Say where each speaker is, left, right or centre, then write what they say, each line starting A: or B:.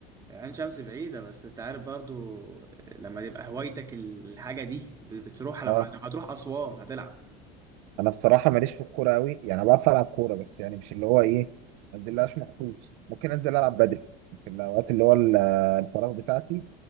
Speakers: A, on the right; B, on the right.
A: عين شمس بعيدة بس انت عارف برضو لما يبقى هوايتك الحاجة دي بتروح لو
B: اه
A: هتروح أسوان هتلعب
B: انا الصراحه ماليش في الكوره قوي يعني أنا بعرف العب كوره بس يعني مش اللي هو ايه ما انزلهاش مخصوص ممكن انزل العب بدل في الاوقات اللي هو ال- الفراغ بتاعتي